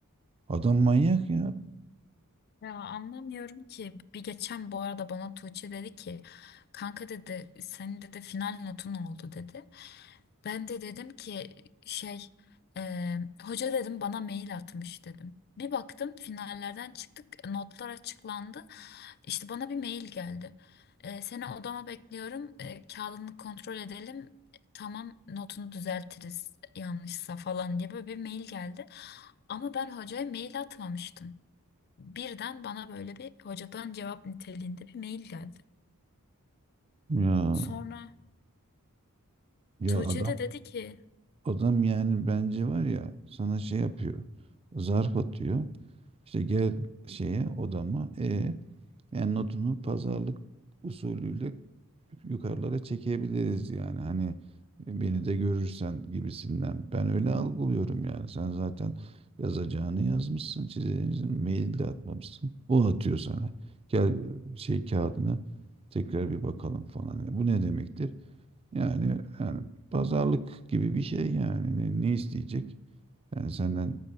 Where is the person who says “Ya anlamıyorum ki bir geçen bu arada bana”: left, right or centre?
Left